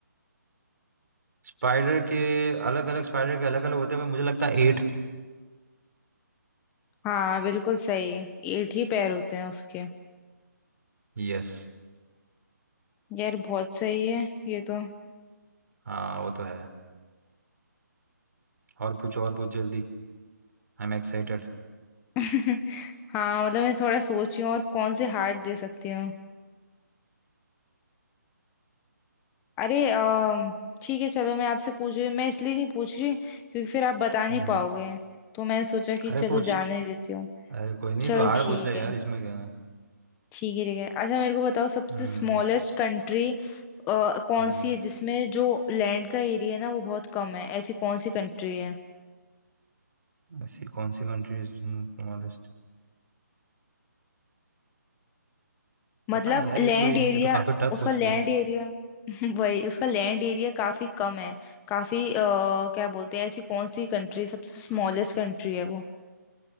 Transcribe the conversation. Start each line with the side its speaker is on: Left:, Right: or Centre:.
Right: स्पाइडर के अलग अलग स्पाइडर के अलग अलग होते हैं पर मुझे लगता है एट
Left: हाँ बिल्कुल सही है एट ही पैर होते हैं उसके
Right: यस
Left: यार बहुत सही है ये तो
Right: हाँ वो तो है और पूछ और पूछ जल्दी I am excited
Left: <laughs> हाँ मतलब मैं थोड़ा सोची हूँ और कौन से हार्ट दे सकती हूँ अरे अम, ठीक है चलो मैं आपसे पूछ रही मैं इसलिए नहीं पूछ रही क्योंकि फिर आप बता नहीं
Right: हम्म
Left: पाओगे तो मैंने सोचा कि
Right: अरे
Left: चलो
Right: पूछ
Left: जाने देती हूँ
Right: अरे कोई नहीं
Left: चलो
Right: तो हार्ड
Left: ठीक
Right: पूछ ले
Left: है
Right: यार इसमें क्या है
Left: ठीक है ठीक है अच्छा मेरे को बताओ सबसे
Right: हम्म
Left: स्मॉलेस्ट कंट्री कौन
Right: हम्म
Left: सी है जिसमें जो लैंड का एरिया है ना वो बहुत कम है ऐसी कौन सी कंट्री है
Right: ऐसी कौन सी कंट्रीज स्मॉलेस्ट
Left: मतलब
Right: पता नहीं यार
Left: लैंड
Right: ये तो ये
Left: एरिया
Right: तो काफ़ी टफ
Left: उसका
Right: पूछ
Left: लैंड
Right: लिया
Left: एरिया <laughs> वही उसका लैंड एरिया काफी कम है काफी अ, क्या बोलते हैं ऐसी कौन सी कंट्री सबसे स्मॉलेस्ट
Right: हम्म
Left: कंट्री है वो